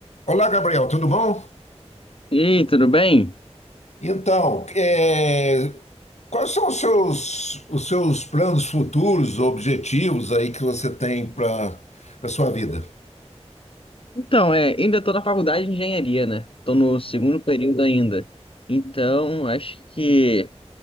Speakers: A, on the left; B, on the left.
A: Olá, Gabriel, tudo bom?
B: E aí, tudo bem?
A: Então, é, quais são os seus, os seus planos futuros, objetivos aí que você tem para para sua vida?
B: Então, é, ainda tô na faculdade de engenharia, né? Tô no segundo período ainda. Então, acho que